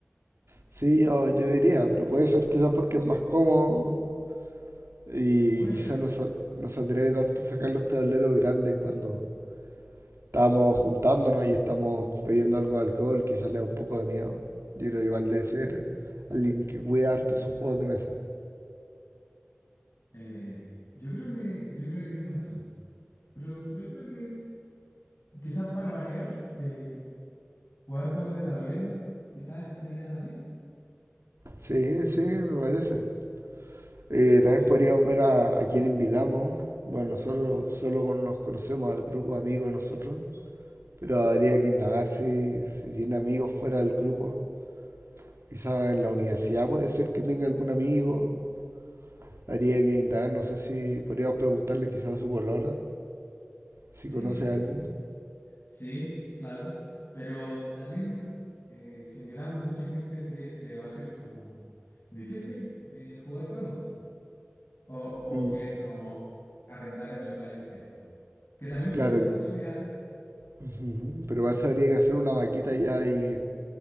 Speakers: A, on the right; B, on the left.
A: Sí, yo, yo diría, pero puede ser quizás porque es más cómodo y
B: Puede
A: quizás
B: ser.
A: no se, no se atreve tanto a sacar los tableros grandes cuando Estábamos juntándonos y estamos bebiendo algo de alcohol, quizás le da un poco de miedo. Yo creo igual debe ser alguien que cuida harto sus juegos de mesa.
B: Eh, yo creo que, yo creo que tienes razón, pero yo creo que quizás para variar... eh, Jugar juegos de tablero quizás estaría bien.
A: Sí, sí, me parece. Eh, también podríamos ver a, a quién invitamos. Bueno, nosotros solo con- nos conocemos al grupo de amigos de nosotros, pero habría que indagar si, si tiene amigos fuera del grupo. Quizás en la universidad puede ser que tenga algún amigo. Habría que indagar, no sé si podríamos preguntarle quizás a su polola, si
B: Eh,
A: conoce a alguien.
B: sí, claro. Pero también eh, si invitamos a mucha gente sería, se va a hacer como difícil eh, jugar juegos. O, o
A: Mm,
B: quieres como arrendar el local entero. Que también puede
A: claro,
B: ser una posibilidad.
A: Ujú, Pero vas a habría que hacer una vaquita ya y